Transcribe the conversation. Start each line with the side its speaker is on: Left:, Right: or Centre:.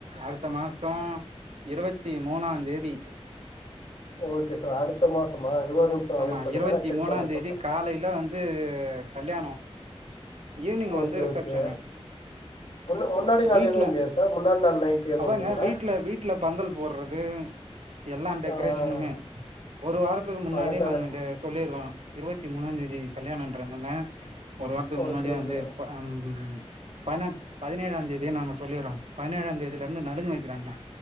Right: அடுத்த மாசோம் இருவத்தி மூனாந் தேதி
Left: ஓக்கே சார் அடுத்த மாசமா இது ஒரு நிமிஷம்
Right: ஆமா
Left: வெயிட் பண்ணுங்க
Right: இருவத்தி
Left: நான் செக்
Right: மூணாந்
Left: பண்ணிட்டு
Right: தேதி
Left: சொல்றேன்
Right: காலைல வந்து கல்யாணோ ஈவ்னிங்
Left: ஓகே
Right: வந்து ரிசப்ஷனு
Left: ஓகே முன்ன முன்னாடி நாள்
Right: வீட்ல
Left: எதுவும் இல்லையா சார் முன்னாடி நாள் நைட் எதுவும்
Right: அதாங்க
Left: இல்லைங்களா
Right: வீட்ல வீட்ல பந்தல் போட்றது எல்லா டெக்ரேஷனுமே
Left: ஆ,
Right: ஒரு வாரத்துக்கு முன்னா
Left: அதா
Right: டியே
Left: சார்
Right: உங்கள்ட்ட சொல்லிர்றோ இருவத் தி மூணாந் தேதி கல்யாணன்றனால ஒரு வாரத்துக்கு
Left: ஓகே
Right: முன்னாடியே
Left: ஓகே
Right: வந்து அ ம் பண பதினேழாந் தேதியே நாங்க சொல்லிர்றோ பதினேழாந் தேதில இருந்து நழுங்கு வெக்கிறாங்க